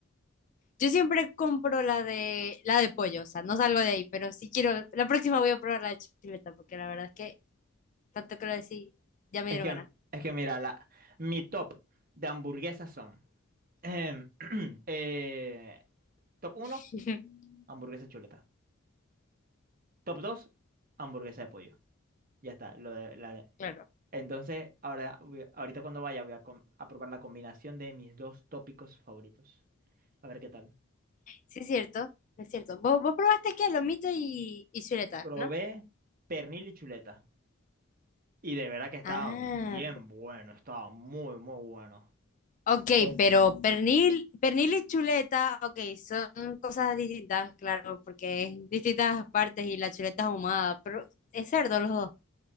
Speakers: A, on the left; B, on the right.
A: Yo siempre compro la de la de pollo, o sea, no salgo de ahí, pero si quiero, la próxima voy a probar la de chuleta, porque la verdad es que tanto que lo decís, ya me
B: Es
A: dieron
B: que,
A: ganas.
B: es que mira, la, mi top de hamburguesas son. em, <clears throat> eh, top uno
A: <laughs>
B: hamburguesa chuleta. Top 2 hamburguesa de pollo. Ya está. Lo de, la de-
A: Claro.
B: entonces, ahora, voy- ahorita cuando vaya, voy a, com- a probar la combinación de mis dos tópicos favoritos. A ver qué tal.
A: Sí, es cierto, es cierto. Vos, vos probaste aquí a lomito y, y chuleta,
B: Probé
A: ¿no?
B: pernil y chuleta. Y de verdad que estaba
A: Ah,
B: bien bueno. Estaba muy, muy bueno.
A: ok,
B: Pues,
A: pero pernil, pernil y chuleta, ok, son cosas distintas, claro, porque es distintas partes y la chuleta es ahumada, pero es cerdo los dos.